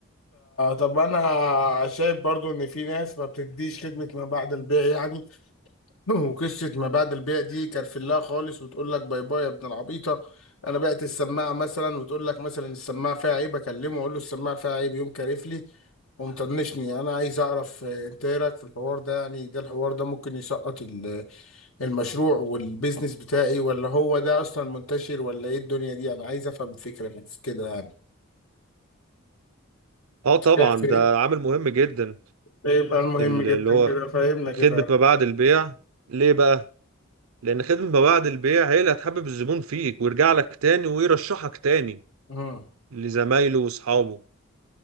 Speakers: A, on the left; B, on the right.
A: طب انا شايف برضو ان في ناس ما بتديش خدمه ما بعد البيع يعني وقصة ما بعد البيع دي كرفلاها خالص وتقول لك باي باي يا ابن العبيطة أنا بعت السماعة مثلا وتقول لك مثلا السماعة فيها عيب أكلمه أقول له السماعة فيها عيب يقوم كارف لي ومطنشني أنا عايز أعرف آه، أنت إيه رأيك في الحوار ده يعني ده الحوار ده ممكن يسقط ال- المشروع والبيزنس بتاعي ولا هو ده أصلا منتشر ولا إيه الدنيا دي أنا عايز أفهم فكرة من كده يعني
B: اه طبعا
A: شايف إيه؟
B: ده عامل مهم جدا
A: يبقى المهم
B: ال-
A: جدا
B: اللي هو
A: كده فهمنا كده
B: خدمة ما بعد البيع ليه بقى لان خدمة ما بعد البيع هي اللي هتحبب الزبون فيك ويرجع لك تاني ويرشحك تاني
A: مم.
B: لزمايله واصحابه